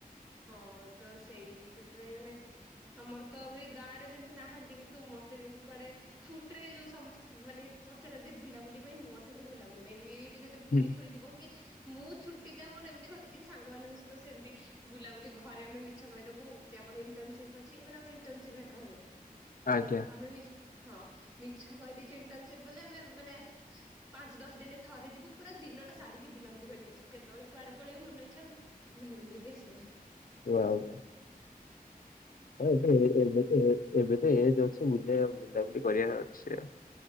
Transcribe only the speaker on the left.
ହୁଁ
ଆଜ୍ଞା।
ୱା ୱା ହଁ ଏବେ ଏବେ ତ ଏବେ ତ ଏଜ ଅଛି ବୁ ବୁଲାବୁଲି କରିବାର ଅଛି।